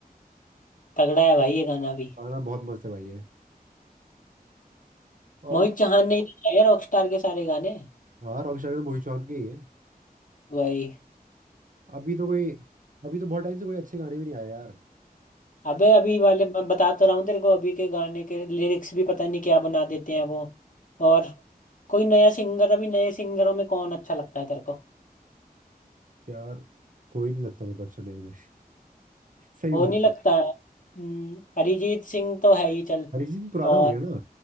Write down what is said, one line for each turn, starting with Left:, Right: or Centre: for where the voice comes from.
Left: तगड़ा है भाई ये गाना भी
Right: बहुत मस्त है भाई ये और
Left: मोहित चौहान ने ही तो गाए रॉकस्टार के सारे गाने
Right: हाँ रॉक स्टार तो मोहित चौहान के ही है
Left: भाई
Right: अभी तो कोई अभी तो बहुत टाइम से कोई अच्छे गाने भी नहीं आए यार
Left: अबे अभी वाले मैं बता तो रहा हूँ तेरे को अभी के गाने के लिरिक्स भी पता नहीं क्या बना देते हैं वो और कोई नया सिंगर अभी नए सिंगरों में कौन अच्छा लगता है तेरे को
Right: यार कोई नहीं लगता मेरे को अच्छा नहीं में सही
Left: वो
Right: बता
Left: नहीं लगता है? हम्म, अरिजीत सिंह तो है ही चल
Right: अरिजीत सिंह पुराना
Left: और
Right: हो गया ना